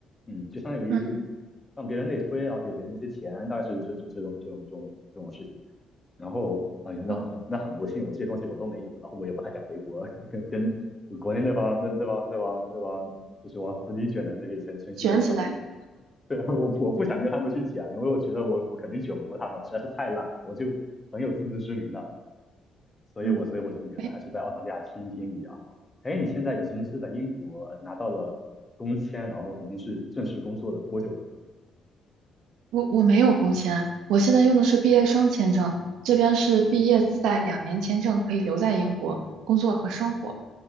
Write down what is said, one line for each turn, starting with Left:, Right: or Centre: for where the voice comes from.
Left: 嗯，就相当于
Right: 嗯，
Left: 让别人内推，然后给别人一些钱，大概是这这这种这种这种这种事情。然后，哎呀，那很那很不幸，
Right: 嗯
Left: 我这些东西我都没有，然后我也不太想回国，<laughs> 跟跟国内那帮那那帮那帮那帮就是往死里卷的那些程程序员跟他们去比。
Right: 卷起来。
Left: 对，<laughs> 我不我不想跟他们去讲，因为我觉得我我肯定卷不过他们，我实在是太懒了，我就很有自知之明的，所以我所以我就觉得还是在澳大利亚听一听比较好。
Right: 嗯，哎，
Left: 哎，你现在已经是在英国拿到了工签，然后已经是正式工作了多久了呢？
Right: 我我没有工签，我现在用的是毕业生签证，这边是毕业自带两年签证，可以留在英国工作和生活。